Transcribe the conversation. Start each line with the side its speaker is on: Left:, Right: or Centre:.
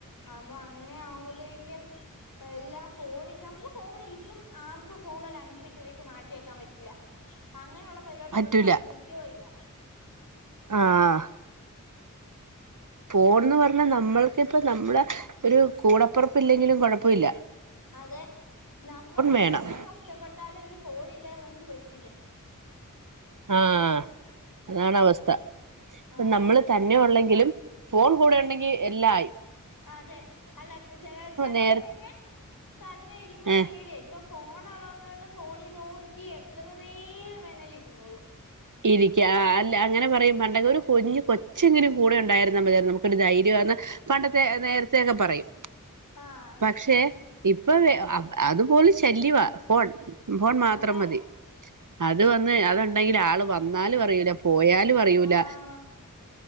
Left: അപ്പൊ അങ്ങനെ ആവുമ്പൊത്തേക്കും എല്ലാം ഫോണി നമുക്ക് ഫോണ് ഇപ്പം ആർക്കും ഫോണൊരഞ്ചു മിൻറ്റത്തേക്ക് മാറ്റിക്കാൻപറ്റില്ല. അങ്ങനെയുള്ള പരിപാടിക്കൊന്നും
Right: പറ്റൂല
Left: ആരും നിക്കെയും ഇല്ല
Right: ആഹ് ഫോണ്ന്ന് പറഞ്ഞാ നമ്മൾക്കിപ്പ നമ്മളെ ഒരു കൂടപ്പെർപ്പില്ലെങ്കിലും കൊഴപ്പവില്ല
Left: അതെ, നമ്മടൊരു
Right: വേണം
Left: ബന്ധം നഷ്ടപ്പെട്ടാലും ഒരു ഫോണില്ലാതെ നമുക്ക്പറ്റു
Right: ആഹ് അതാണവസ്ഥ ഇപ്പ
Left: ആഹ്
Right: നമ്മള് ത ന്നെ ഉള്ളെങ്കിലും ഫോൺകൂടെ ഉണ്ടെങ്കിൽ എല്ലാം ആയി
Left: അതെ, അല്ലാതെ ചെല ചെലോർക്കൊക്കെ
Right: നേര
Left: തന്നെ ഇരിക്കുമ്പോ
Right: ഏഹ്
Left: പേടിയാ ഇപ്പൊ ഫോൺ ഒള്ളത് കൊണ്ട് ഫോണീനോക്കി എത്രനേരം വേണെലിരുന്നോളും
Right: ഇരിക്കാ അല്ല അങ്ങനെ പറയും പണ്ടക്കൊരു കുഞ്ഞ് കൊ ച്ചെങ്കിലും കൂടെ ഉണ്ടായിരുന്നാ മതിയാരുന്നു നമുക്കൊരു ധൈര്യാന്ന് പണ്ടത്തെ നേരത്തെയൊക്കെ പറയും.
Left: ആഹ്
Right: പക്ഷെ ഇപ്പൊ അ അതുപോലെ ശല്യവാ ഫോൺ, ഫോൺ മാത്രം
Left: അതെ
Right: മതി. അത് വന്ന് അതുണ്ടെങ്കില് ആള് വന്നാലും അറിയൂല, പോയാലും അറിയൂല.
Left: ആഹ്